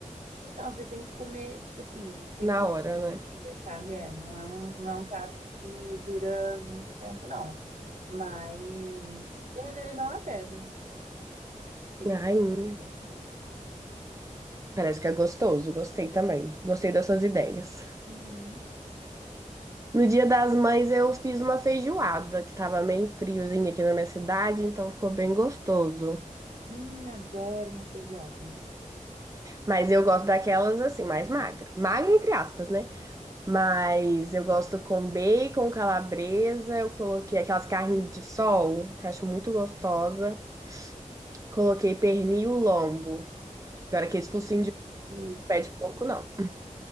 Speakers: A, on the right; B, on the right.
A: Então, você tem que comer, tipo assim, tem
B: Na
A: que comer
B: hora,
A: no
B: né?
A: mesmo dia, sabe? É, não é um, não é um prato que dura muito tempo, não. Mas, mas ele não azeda. Ele
B: Ai,
A: fica
B: hum.
A: com gostinho gostoso.
B: Parece que é gostoso. Gostei também. Gostei das suas ideias.
A: Uhum.
B: No Dia das Mães eu fiz uma feijoada que tava meio friozinho aqui na minha cidade, então ficou bem gostoso.
A: Hum, adoro uma feijoada.
B: Mas eu gosto daquelas assim, mais magra. Magra entre aspas, né? Mas eu gosto com bacon, calabresa, eu coloquei aquelas carnes de sol, que eu acho muito gostosa. Coloquei pernil lombo. Não era aquele focinho de
A: E
B: pé de porco, não.